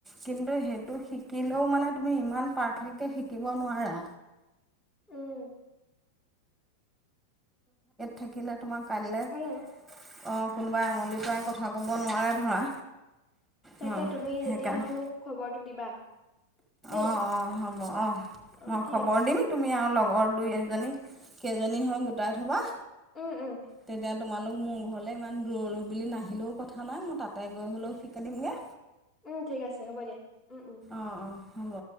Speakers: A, in the centre; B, on the left.
A: কিন্তু সেইটো। শিকিলেও মানে তুমি ইমান পাৰফেক্ট কে শিকিব নোৱাৰা।
B: উম।
A: থাকিলে তোমাৰ কাইলে অ।
B: ভাল আৰু
A: কোনোবাই আঙুলিৰ পৰাই কথা ক'ব নোৱাৰে ধৰা।
B: তাকে
A: ন
B: তুমি
A: সেইকাৰণে
B: যেতিয়া হয় মোক খবৰটো দিবা। দেই
A: অঁ অঁ হ'ব অঁ
B: অ
A: মই
B: ঠিক
A: খবৰ
B: আছে অ
A: দিম তুমি আৰু লগৰ দুই এজনী কেইজনী হয় গোটাই থবা।
B: উম উম।
A: তেতিয়া তোমালোক মোৰ ঘৰলে ইমান দূৰলৈ বুলি নাহিলেও কথা নাই মই তাতে গৈ হ'লেও শিকাই দিমগে।
B: উম ঠিক আছে হ'ব দিয়া উম উম।
A: অঁ অঁ হ'ব।